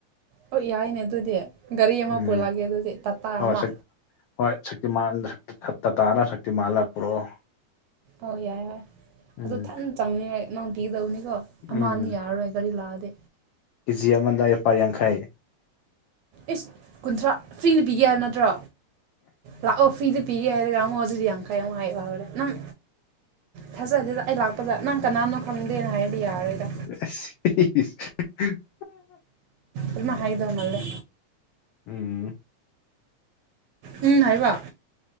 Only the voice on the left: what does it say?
ꯎꯝ
ꯍꯣꯏ
ꯍꯣꯏ ꯁꯛꯇꯤꯃꯥꯟ ꯇꯇꯥꯔ ꯁꯛꯇꯤꯃꯥꯜꯂ ꯄꯨꯔꯛꯑꯣ
ꯎꯝ
ꯎꯝ
ꯀꯦꯖꯤ ꯑꯃꯗ ꯂꯨꯄꯥ ꯌꯥꯡꯈꯩ
<unintelligible>
ꯎꯝ